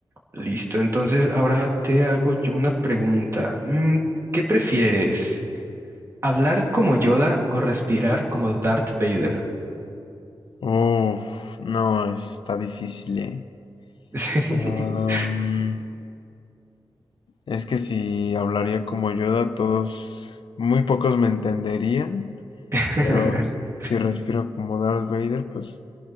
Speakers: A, on the right; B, on the left.
A: Listo. Entonces, ahora te hago yo una pregunta. Mm, ¿Qué prefieres? ¿Hablar como Yoda o respirar como Darth Vader?
B: Uf, no, está difícil, ¿eh?
A: <laughs>
B: Am,
A: Sí.
B: es que si hablaría como Yoda, todos, muy pocos me entenderían,
A: <laughs>
B: pero s- si respiro como Darth Vader, pues